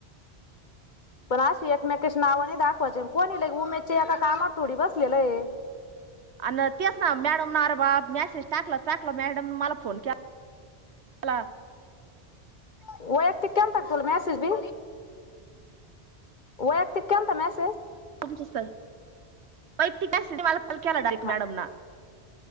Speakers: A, on the left (about 45°); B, on the right (about 80°).
A: पण अशी एकमेकशी नाव नाही दाखवायचे कोणी लय उमेदच्या एका कामावर थोडी बसलेल हे.
B: अन तेच ना मॅडम अरे बा मेसेज टाकलं टाकलं मॅडम मला फोन केला. खला <inaudible>
A: वैयक्तिक केलता का तुला मेसेज भी. वैयक्तिक केलता मेसेज.
B: तुमच वैक्िकय अस कॉल केला डायरेक्ट
A: हा
B: मॅडम <inaudible>